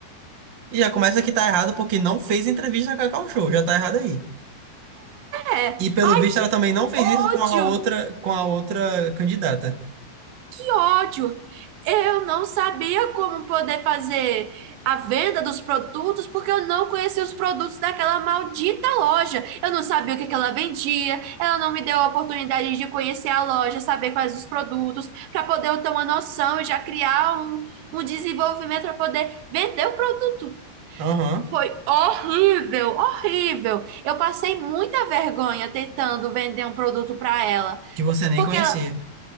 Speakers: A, on the right; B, on the right.
A: E já começa que tá errado porque não fez entrevista com a Cacau Show, já tá errado aí.
B: É.
A: E pelo
B: Ai,
A: visto
B: que
A: ela também não fez
B: ódio,
A: isso com a outra, com a outra candidata.
B: que ódio. Eu não sabia como poder fazer a venda dos produtos porque eu não conhecia os produtos daquela maldita loja. Eu não sabia o que que ela vendia. Ela não me deu a oportunidade de conhecer a loja, saber quais os produtos, para poder eu ter uma noção e já criar um, um desenvolvimento para poder vender o produto.
A: Aham.
B: Foi horrível, horrível. Eu passei muita vergonha tentando vender um produto para ela.
A: Que você nem
B: Porque
A: conhecia.
B: ela-